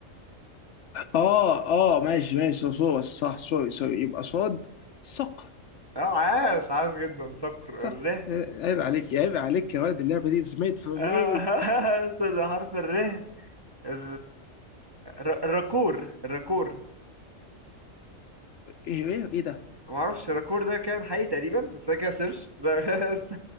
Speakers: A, on the left; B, on the right.
A: اه اه ماشي ماشي صو- صو- صح سوري سوري يبقى صاد صق
B: اه عاش عاش جدا صقر
A: صق
B: الره
A: عيب عليك عيب عليك يا ولد اللعبه دي is made for
B: آه،
A: me
B: <laughs> استنى حرف الره ال... ر- راكور راكور
A: ايه ايه إيه ده
B: ما اعرفش راكور ده كان حقيقي تقريبا بس انا كده سيرش ده <laughs> است-